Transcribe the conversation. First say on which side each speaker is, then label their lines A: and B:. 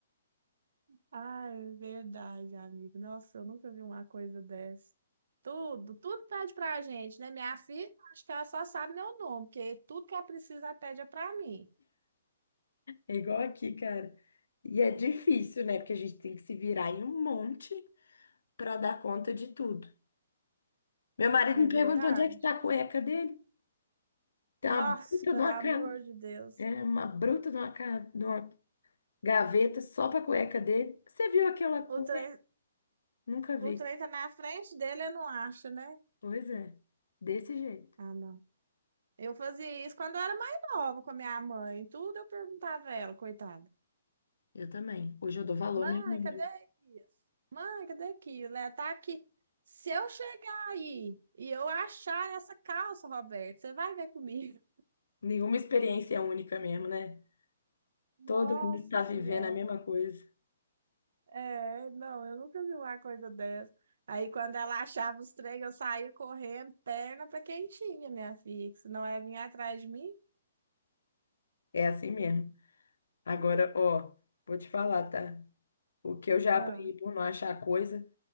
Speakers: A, on the right; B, on the left.
A: Ah, é verdade, amigo. Nossa, eu nunca vi uma coisa dessa. Tudo, tudo pede pra gente, né? Minha filha, acho que ela só sabe meu nome, porque tudo que ela precisa, ela pede é pra mim.
B: É igual aqui, cara. E é difícil, né? Porque a gente tem que se virar em um monte para dar conta de tudo. Meu marido
A: É
B: me
A: verdade?
B: perguntou onde é que tá a cueca dele. Tem
A: Nossa,
B: uma bruta de
A: pelo
B: uma,
A: amor
B: ca-
A: de Deus.
B: é, uma bruta de uma, ca- de uma gaveta só pra cueca dele. Você viu aquela cueca?
A: O trem,
B: Nunca vi.
A: o trem tá na frente dele, eu não acho, né?
B: Pois é, desse jeito.
A: Ah, não. Eu fazia isso quando eu era mais nova com a minha mãe. Tudo eu perguntava a ela, coitada.
B: Eu também. Hoje eu dou valor
A: Mãe,
B: à minha mãe,
A: cadê
B: viu?
A: isso? Mãe, cadê aquilo? Né? Tá aqui. Se eu chegar aí e eu achar essa calça, Roberto, você vai ver comigo.
B: Nenhuma experiência é única mesmo, né?
A: Nossa
B: Todo mundo tá
A: Senhora.
B: vivendo a mesma coisa.
A: É, não, eu nunca vi uma coisa dessa. Aí, quando ela achava os trem, eu saía correndo, perna pra quem tinha, minha filha. que Se não é vir atrás de mim,
B: É assim mesmo. Agora, ó, vou te falar, tá? O que eu já
A: Ah,
B: apanhei por não achar coisa,